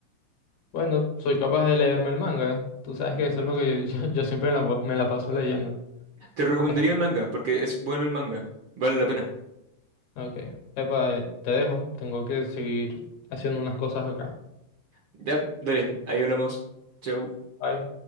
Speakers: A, on the left (about 65°); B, on the right (about 55°).
A: Bueno, soy capaz de leerme el manga. Tú sabes que eso es lo que yo, <laughs> yo- yo siempre me la, me la paso leyendo.
B: Te recomendaría
A: Es-
B: el manga, porque es bueno el manga. Vale la pena.
A: Ok, Epa, eh, te dejo. Tengo que seguir haciendo unas cosas acá.
B: Ya, dale, ahí hablamos. Chau.
A: Bye.